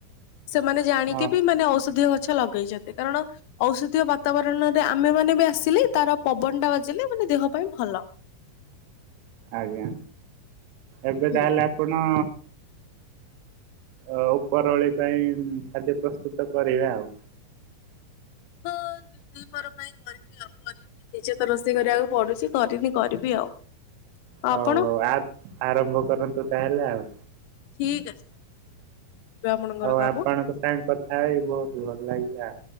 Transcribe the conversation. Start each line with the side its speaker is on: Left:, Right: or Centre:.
Left: ସେମାନେ ଜାଣିକି
Right: ହଁ।
Left: ବି ମାନେ ଔଷଧୀୟ ଗଛ ଗଛ ଲଗେଇଛନ୍ତି କାରଣ ଔଷଧୀୟ ବାତାବରଣରେ ଆମେ ମାନେ ବି ଆସିଲେ ତାର ପବନ ଟା ବାଜିଲେ ମାନେ ଦେହ ପାଇଁ ଭଲ।
Right: ଆଜ୍ଞା ଏବେ
Left: ହୁଁ।
Right: ତାହେଲେ ଆପଣ ଅ ଉପରଓଳି ପାଇଁ ଖାଦ୍ୟ ପ୍ରସ୍ତୁତ କରିବେ ଆଉ।
Left: ହଁ ଦ ଦିପର ପାଇଁ କରିବି ଆଉ। ନିଜେ ତ ରୋଷେଇ କରିବାକୁ ପଡୁଛି କରିନି କରିବି ଆଉ।
Right: ହଉ
Left: ଆପଣ
Right: ହଉ ଆ ଆରମ୍ଭ କରନ୍ତୁ ତାହେଲେ ଆଉ।
Left: ଠିକ ଅଛି। କରିବେ ଆପଣଙ୍କର
Right: ହଉ
Left: କାମ
Right: ଆପଣଙ୍କ ସାଙ୍ଗେ କଥା ହେଇ ବହୁତ ଭଲ ଲାଗିଲା।